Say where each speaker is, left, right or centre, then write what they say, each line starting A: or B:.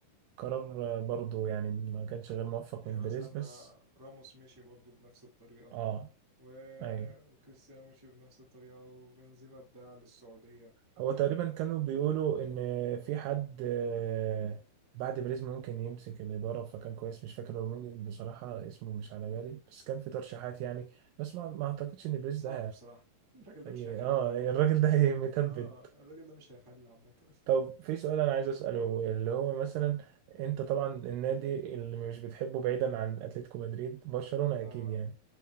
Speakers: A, on the right; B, on the right.
A: قرار آه، برضه يعني ما كانش غير موفق
B: يعني
A: من
B: مثلا
A: بيريز
B: ما
A: بس
B: راموس مشي برضه بنفس الطريقة
A: اه
B: و...
A: ايوه
B: وكريستيانو مشي بنفس الطريقة وبنزيما اتباع للسعودية و
A: هو تقريبا كانوا بيقولوا ان في حد آه، بعد بريز ممكن يمسك الاداره فكان كويس مش فاكر هو مين بصراحه اسمه مش على بالي بس كان في ترشيحات يعني بس ما ما اعتقدش ان بريز
B: صعب
A: ده
B: بصراحة <laughs> الراجل ده
A: هي-
B: مش هيحل
A: اه الراجل ده <laughs> هي- متبت
B: اه الراجل ده مش هيحل عامة <laughs>
A: طب في سؤال انا عايز اساله اللي هو مثلا انت طبعا النادي اللي مش بتحبه بعيدا عن اتلتيكو مدريد برشلونه
B: اه
A: اكيد يعني